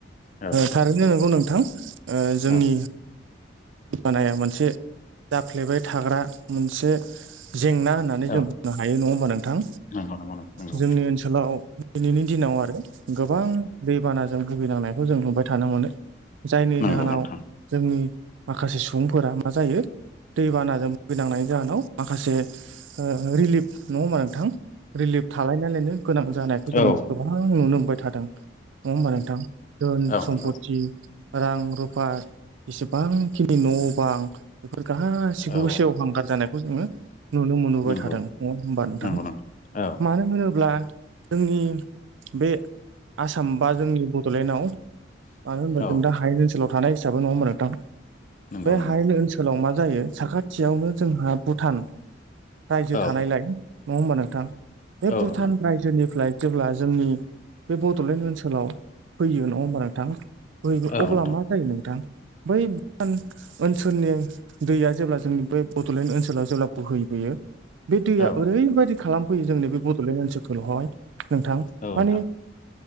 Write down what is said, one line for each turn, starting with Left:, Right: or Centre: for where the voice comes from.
Left: औ
Right: थारैनो नंगौ नोंथां ओ जोंनि
Left: औ
Right: बानाया मोनसे जाफ्लेबाय थाग्रा मोनसे जेंना होननानै जों
Left: औ
Right: बुंनो हायो नङा होमबा नोंथां?
Left: नंगौ नंगौ नंगौ
Right: जोंनि ओनसोलाव दिनैनि दिनाव आरो गोबां बे दै बानाजों भुगिनांनायखौ जों नुबाय थानो मोनो जायनि
Left: नंगौ
Right: जाहोनाव
Left: नोंथां
Right: जोंनि माखासे सुबुंफोरा मा जायो। दैबानाजों भुगिनांनायनि जाहोनाव माखासे ओ रिलिफ नङा होमबा नोंथां रिलिफ थालायनानैलायनो गोनां जानायखौ जों
Left: औ
Right: गोबां नुनो मोनबाय थादों नङा होमबा नोंथां धोन
Left: औ
Right: सम्पति
Left: नंगौ
Right: रां रुफा जसेबांखिनि न' बां बे फोर गासैखौबो
Left: औ
Right: सेव हांगार जानायखौ जोङो नुनो मोनबोबाय
Left: नंगौ
Right: थादों नङा होमबा नोंथां
Left: नंगौ औ
Right: मानो होनोब्ला जोंनि बे आसाम बा जोंनि बड'लेण्डआव मानो होनबा
Left: औ
Right: जों दा हायेन ओनसोलाव थानाय हिसाबै नङा होनबा नोंथां
Left: नंगौ
Right: बे
Left: नोंथां
Right: हायेननि ओनसोलाव मा जायो साखाथियावनो जोंहा भुटान रायजो
Left: औ
Right: थानायलाय नङा होमबा नोंथां बे
Left: औ
Right: भुटान
Left: नोंथां
Right: रायजोनिफ्राय जेब्ला जोंनि बे बड'लेण्ड ओनसोलाव फैयो नङा होमबा नोंथां बैयबो
Left: औ
Right: अब्ला
Left: नोंथां
Right: मा जायो नोंथां बै भुटान ओनसोलनि दैया जेब्ला जोंनि बे बड'लेण्ड ओनसोलाव जेब्ला बोहैबोयो बे दैया
Left: औ
Right: ओरैबायदि खालामफैयो जोंनि बे बड'लेण्ड ओनसोलफोलावहाय नोंथां
Left: औ
Right: माने
Left: नोंथां